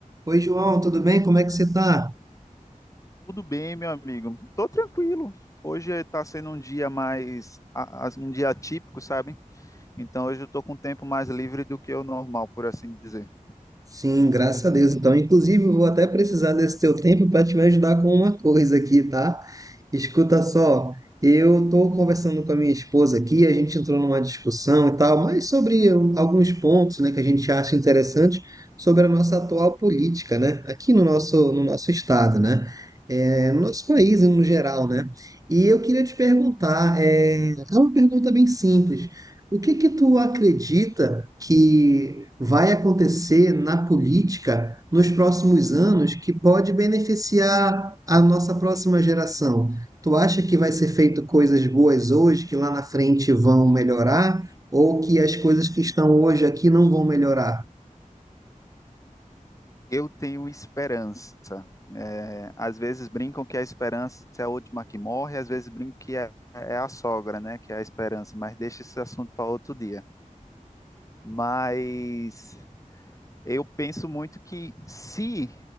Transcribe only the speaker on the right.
Oi, João, tudo bem? Como é que você tá?
Sim, graças a Deus. Então, inclusive, eu vou até precisar desse teu tempo para te ajudar com uma coisa aqui, tá? Escuta só, eu estou conversando com a minha esposa aqui, a gente entrou numa discussão e tal, mas sobre um, alguns pontos, né, que a gente acha interessante sobre a nossa atual política, né, aqui no nosso, no nosso estado, né, é, no nosso país no geral, né. E eu queria te perguntar, é, é uma pergunta bem simples. O que que tu acredita que vai acontecer na política nos próximos anos que pode beneficiar a nossa próxima geração? Tu acha que vai ser feito coisas boas hoje que lá na frente vão melhorar ou que as coisas que estão hoje aqui não vão melhorar?